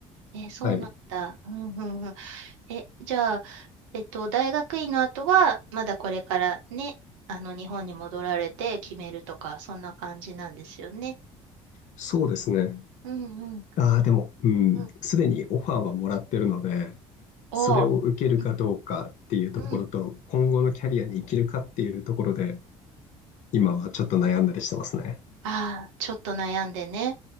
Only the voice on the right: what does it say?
えーそうなんだ。
うん、うん、うん。え、じゃあ、えっと、大学院の後は、まだこれからね、あの、日本に戻られて決めるとか、そんな感じなんですよね。
うんうん。
うん、
おー
うん。うん。
ああ、ちょっと悩んでね。